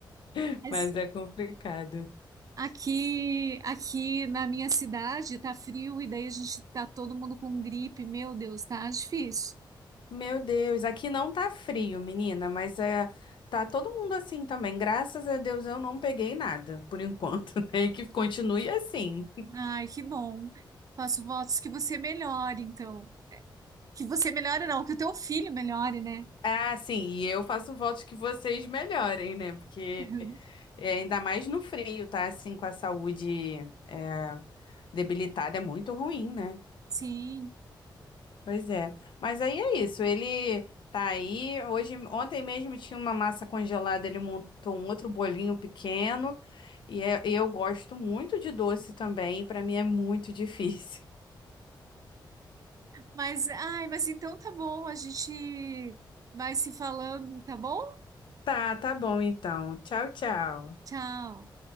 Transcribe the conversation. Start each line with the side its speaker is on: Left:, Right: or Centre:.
Left: <laughs>
Right: Mas
Left: mas é complicado.
Right: aqui, aqui na minha cidade tá frio e daí a gente tá todo mundo com gripe, meu Deus, tá difícil.
Left: Meu Deus, aqui não tá frio, menina, mas é, tá todo mundo assim também. Graças a Deus eu não peguei nada, por enquanto, <laughs> né? E Que continue assim.
Right: Ai, que bom. Faço votos que você melhore, então. Que você melhore, não, que o teu filho melhore, né?
Left: Ah, sim, e eu faço votos que vocês melhorem, né? Porque
Right: <laughs>
Left: é, ainda mais no frio, tá? Assim, com a saúde é, debilitada, é muito ruim, né?
Right: Sim.
Left: Pois é. Mas aí é isso, ele tá aí. Hoje, ontem mesmo tinha uma massa congelada, ele montou um outro bolinho pequeno. E é- eu gosto muito de doce também, para mim é muito <laughs> difícil.
Right: Mas, ai, mas então tá bom, a gente vai se falando, tá bom?
Left: Tá, tá bom então. Tchau, tchau.
Right: Tchau.